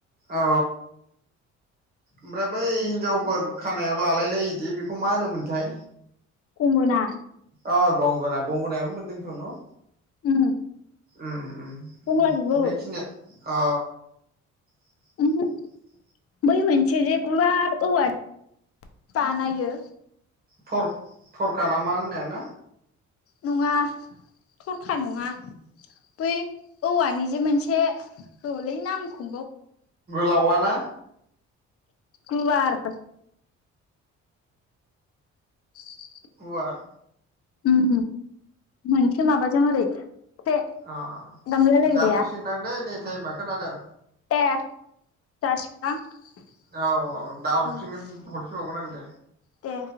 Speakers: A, on the right (about 30°); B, on the left (about 50°).
A: औ। ओमफ्राय बै हिनजावफोर खानायाव लालायलायिदि बेखौ मा होनोमोनथाय?
B: खंगना।
A: अ गंगोनना गंगोनायाबो मोनदोंथ' न।
B: उम।
A: उम-उम-
B: गंलाजोबो
A: उम बेखिनिया अ। <inaudible>
B: उमहो बै मोनसे जे गवार औवाजों बानायो
A: थर-थरखा ना मा होननायाना।
B: नङा थरखा नङा। बै औवानि जे मोनसे रलै नामखौ
A: गोलावाना?
B: गुवार। <inaudible>
A: गुवार।
B: उम मोनसे माबाजों ओरै। ख्रे
A: अ
B: दामलायलायग्राया
A: जाथ'सिनदांदै नै टाइमा खोनादों।
B: ए। <unintelligible>
A: औ औ दा हरफिनगोन हरफिनबावगोन आं दे
B: दे।